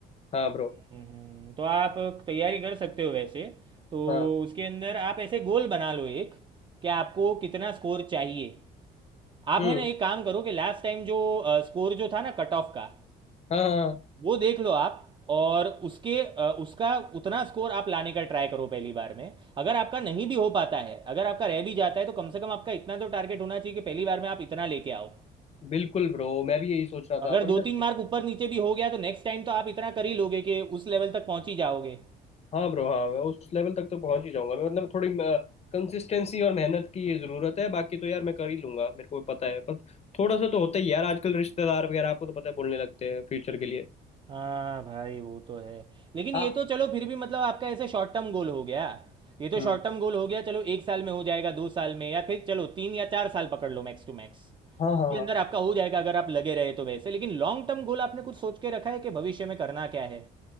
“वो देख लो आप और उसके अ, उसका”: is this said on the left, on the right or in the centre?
Right